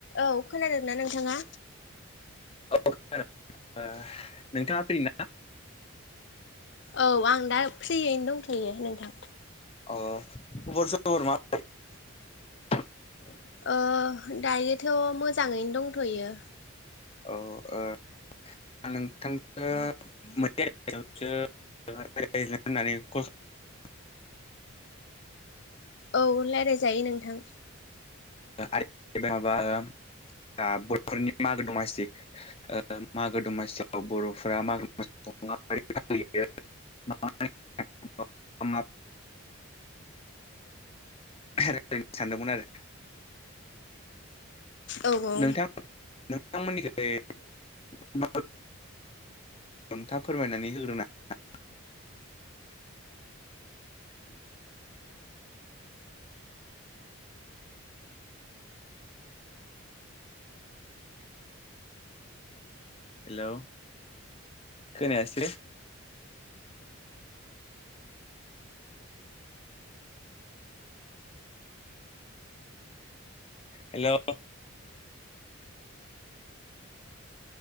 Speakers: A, on the left (about 55°); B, on the left (about 25°).
A: औ खोनादोंना नोंथाङा?
B: औ <unintelligible> नोंथाङा फ्रि ना?
A: औ आं दा फ्रियैनो दंथ'यो नोंथां
B: अ खबर सबर मा <unintelligible>
A: ओ दायोथ' मोजाङैनो दंथ'यो।
B: औ ओ आं नोंथांजो <unintelligible>
A: औ लायरायजायो नोंथां
B: <unintelligible> माबा ओ दा बर'फोरनि मागो दमासि ओ मागो दमासियाव बर'फोरा मागो दमा <unintelligible> <unintelligible> सानदोंमोन आरो
A: औ औ
B: नोंथां नोंथांमोननिखै <unintelligible> <unintelligible> नोंथाङा फोरमायनानै होग्रोना <unintelligible> हेलौ खोनायासैलै हेल'